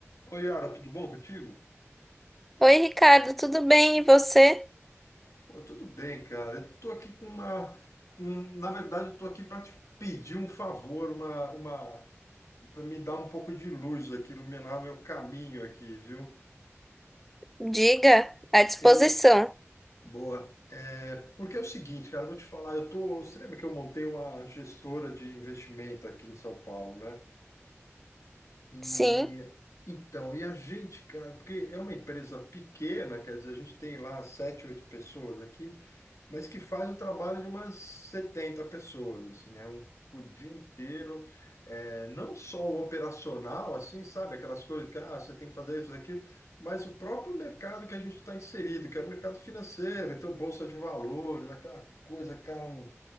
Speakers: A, on the left (about 80°); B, in the centre.
A: Oi, Yara, tudo bom contigo?
B: Oi, Ricardo, tudo bem? E você?
A: Pô, tudo bem, cara. Eu tô aqui com uma. um- Na verdade, eu tô aqui para te pedir um favor, uma, uma... para me dar um pouco de luz aqui, iluminar o meu caminho aqui, viu?
B: Diga, à disposição.
A: Eu. Boa. É, Porque é o seguinte, cara, eu vou te falar, eu tô. Você lembra que eu montei uma gestora de investimento aqui em São Paulo, né? E
B: Sim,
A: então, e a gente, cara, porque é uma empresa pequena, quer dizer, a gente tem lá sete, oito pessoas aqui, mas que faz o trabalho de umas 70 pessoas, assim, é um o dia inteiro, é, não só o operacional, assim, sabe, aquelas coisas que ah, você tem que fazer isso, aquilo, mas o próprio mercado que a gente está inserido, que é o mercado financeiro, então bolsa de valores, aquela coisa, cara, um-